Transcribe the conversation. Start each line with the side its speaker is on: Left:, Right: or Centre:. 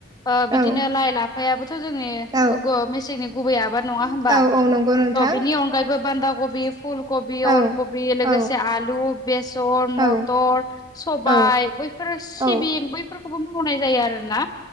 Left: ओ बिदिनो
Right: औ
Left: लाइ लाफायाबोथ' जोंनि
Right: औ
Left: <unintelligible> मेसेंनि गुबै आबाद । नङा होमबा
Right: औ औ नंगौ नोंथां
Left: औ बिनि अनगायैबो बान्धा गबि फुल गबि
Right: औ
Left: अलगबि लोगोसे
Right: औ
Left: आलु बेसर मथर
Right: औ
Left: सबाय
Right: औ
Left: बैफोर सिबिं
Right: औ
Left: बैफोरखौबो मावनाय जायो आरोना